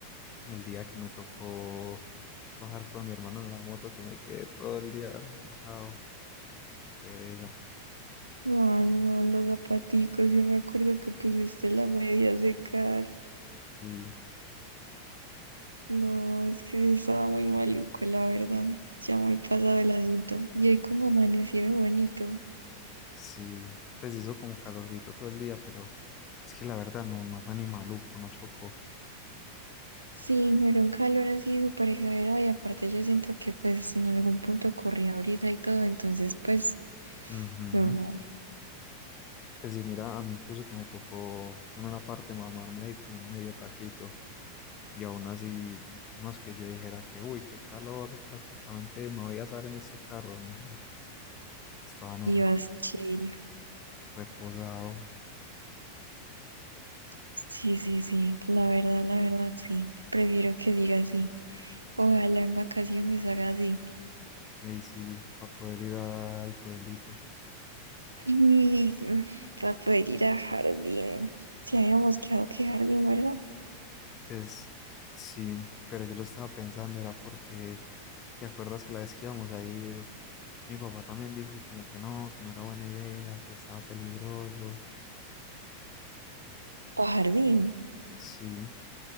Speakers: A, on the left (about 30°); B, on the right (about 85°).
A: el día que me tocó bajar con mi hermano en la moto que me quedé todo el día mojado. Qué pereza.
B: No, Ay, no, los zapaticos. Yo me acuerdo que pusiste la media a secar.
A: Y
B: No, es que estaba muy maluco, la verdad. Ya muy pasado el asunto. Y hoy como amaneció de bonito.
A: sí, pues hizo como calorcito todo el día, pero es que la verdad no, no fue ni maluco, no chocó.
B: Sí, no era un calor así súper exagerado y aparte yo siento que pues en algún punto corría brisa y todo, entonces pues
A: Ujú.
B: normal.
A: Pues sí, mira, a mí incluso que me tocó en una parte mamarme ahí como un medio taquito y aún así, no es que yo dijera que, uy, qué calor, prácticamente me voy a asar en este carro, no, estaba normal,
B: Ibas chill.
A: reposado,
B: Sí, sí, sí, la verdad, la verdad, sí. Prefiero que diga así. Ojalá en vacaciones haga así.
A: ahí sí, para poder ir al pueblito.
B: Y mm, para poder ir a jardín. Si habíamos quedado que jardín, ¿verdad?
A: Pues sí, pero yo lo estaba pensando, era porque, ¿te acuerdas que la vez que íbamos a ir, mi papá también dijo como que no, que no era buena idea, que estaba peligroso,
B: Pa' jardín.
A: sí,